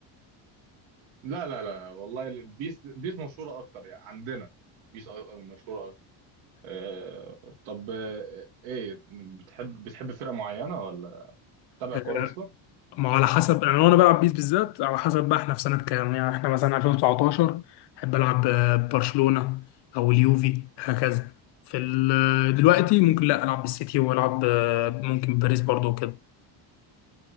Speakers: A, on the right; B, on the left.
A: لا لا لا والله ال- بيس بيس مشهورة أكتر يعني عندنا بيس أ- مشهورة أكتر آه، طب آه، إيه بتحب بتحب فرقة معينة ولا تتابع
B: آه،
A: كورة
B: <laughs>
A: أصلا؟
B: ما هو على حسب انا وانا بلعب بيس بالذات على حسب بقى احنا في سنه كام يعني احنا مثلا 2019 احب العب آه، برشلونه او اليوفي هكذا في ال- دلوقتي ممكن لا العب بالسيتي والعب آه، ممكن باريس برضو وكده